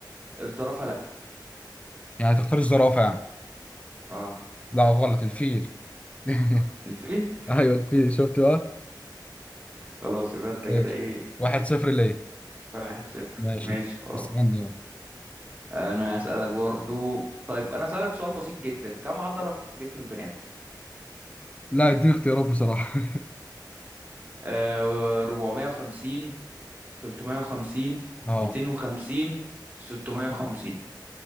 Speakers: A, on the right; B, on the left.
A: الزرافة لا
B: يعني هتختار الزرافة يعني
A: اه
B: لا غلط الفيل <laughs>
A: الفيل
B: ايوه الفيل شفت بقى
A: خلاص يبقى انت
B: ماشي
A: كده ايه
B: واحد صفر ليه
A: واحد صفر
B: ماشي
A: ماشي خلاص
B: استنى يلا
A: انا هسألك برضو طيب انا هسألك سؤال بسيط جدا كم عضلة في جسم البني آدم
B: لا اديني اختيارات بصراحة
A: آه 450 350
B: <laughs> اه
A: 250 650